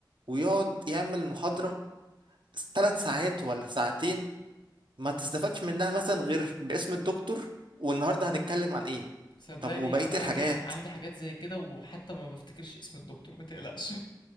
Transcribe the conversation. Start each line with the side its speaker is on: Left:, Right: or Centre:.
Right: ويقعد يعمل محاضرة ثلاث ساعات ولا ساعتين ما تستفادش منها مثلا غير باسم الدكتور والنهارده هنتكلم عن ايه
Left: صدقني
Right: طب وبقية
Left: انا
Right: الحاجات
Left: عندي ح... عندي حاجات زي كده وحتى ما بفتكرش اسم الدكتور ما تقلقش